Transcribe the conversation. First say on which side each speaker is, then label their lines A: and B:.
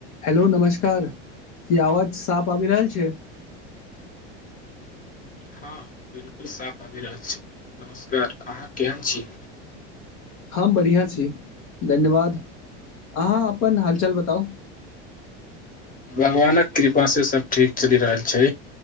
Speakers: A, on the left; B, on the left.
A: हलो नमस्कार की आवाज साफ आबि रहल छै
B: हँ बिलकुल साफ आबि रहल छै नमस्कार अहाँ केहन छी
A: हम बढ़िआँ छी धन्यवाद अहाँ अपन हालचाल बताउ
B: भगवानक कृपास से सभ ठीक चलि रहल छै